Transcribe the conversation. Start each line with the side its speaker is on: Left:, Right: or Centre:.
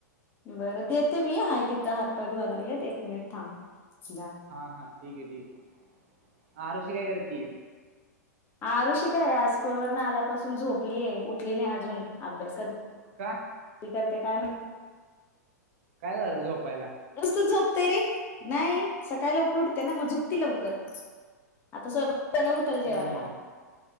Left: बरं देते मी आहे तिथं हात पाय धुवायला लागलेत एक मिनिट थांब आ
Right: हा हा ठीक आहे ठीक आहे आरुषी काय करतीये?
Left: आरूषी काय आज स्कूल वर न आल्यापासून झोपलीय उठली नाही अजून अभ्यास काय
Right: का
Left: करते काय माहित.
Right: काय झालं झोपायला.
Left: नुसतच झोपतोय रे नाही सकाळी लवकर उठते ना मग झोपती लवकर आता स्वयंपाक केला आता उठल
Right: हम्म
Left: जेवायला